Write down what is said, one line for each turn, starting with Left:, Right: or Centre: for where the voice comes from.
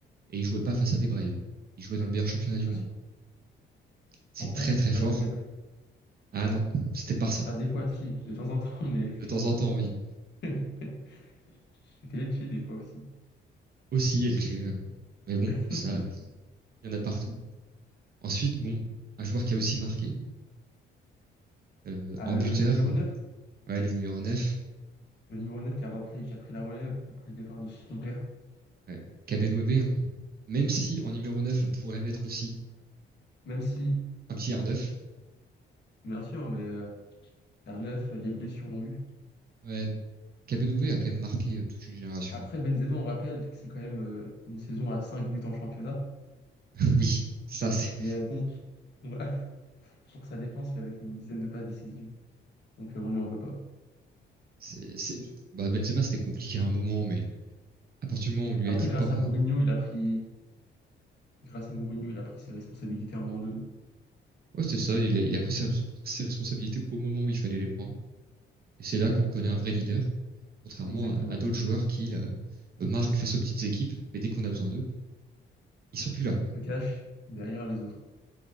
Right: Et il jouait pas face à des Brels. Il jouait dans le meilleur championnat
Left: bien
Right: du monde.
Left: sûr.
Right: C'est
Left: En face,
Right: très
Left: c'était
Right: très
Left: pas
Right: fort.
Left: Valladolid.
Right: Ah non, c'était le Barça.
Left: Ah, des fois, si, de temps en temps, mais.
Right: De temps en temps, oui.
Left: <laughs> J'étais Lecce des fois aussi.
Right: Aussi, LG. euh, Mais bon,
Left: <laughs>
Right: ça, il y en a partout. Ensuite, bon, un joueur qui a aussi marqué, euh,
Left: Ah,
Right: en
Left: le,
Right: buteur,
Left: le numéro neuf
Right: ouais, le numéro 9,
Left: le numéro neuf qui a repris, qui a pris la relève après le départ de son père.
Right: ouais, Kabenwebe, hein. Même si en numéro 9, on pourrait mettre aussi
Left: Même si,
Right: un petit R9,
Left: bien sûr, mais euh, vers 9, les blessures l'ont eu.
Right: ouais, Kabenwebe a quand même marqué euh, toute une génération.
Left: Après, Benzema, on rappelle que c'est quand même euh, une saison à 5 buts en championnat.
Right: <laughs> oui, ça, c'est,
Left: Mais euh, bon, on va- <laughs> pour sa défense, il avait fait une dizaine de passes décisives. Donc euh, on lui en veut pas.
Right: c'est, c'est- bah, Benzema, c'était compliqué à un moment, mais à partir du moment où on lui
Left: Après,
Right: a dit
Left: grâce
Right: de pas.
Left: à Mourinho, il a pris, grâce à Mourinho, il a pris ses responsabilités à un moment donné.
Right: Ouais, c'est ça, il a, il a pris ses, ses responsabilités au moment où il fallait les prendre. Et c'est là qu'on connaît un vrai leader, contrairement
Left: Exactement.
Right: à, à d'autres joueurs qui euh, euh, marquent face aux petites équipes, mais dès qu'on a besoin d'eux, ils sont plus là.
Left: Se cache derrière les autres.